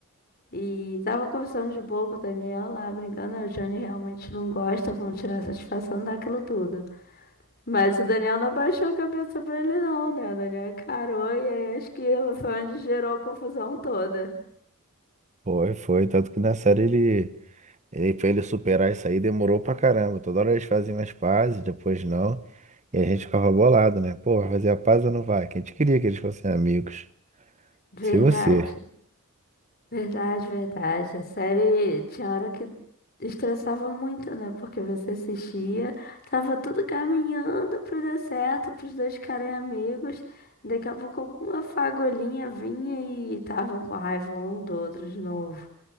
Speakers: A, on the left; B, on the right.
A: E tava conversando de boa com o Daniel lá, brincando. A Jane realmente não gosta, vão tirar satisfação daquilo tudo. Mas o Daniel não abaixou a cabeça pra ele, não, né? O Daniel encarou e aí acho que foi onde gerou a confusão toda.
B: Foi, foi. Tanto que na série ele, ele, pra ele superar isso aí demorou pra caramba. Toda hora eles faziam as pazes, depois não. E a gente ficava bolado, né? Pô, vai fazer a paz ou não vai? Que a gente queria que eles fossem amigos.
A: Verdade,
B: Se você.
A: verdade, verdade. A série tinha hora que estressava muito, né? Porque você assistia, tava tudo caminhando pro dar certo, pros dois ficarem amigos. Daqui a pouco alguma fagulhinha vinha e estavam com raiva um do outro de novo.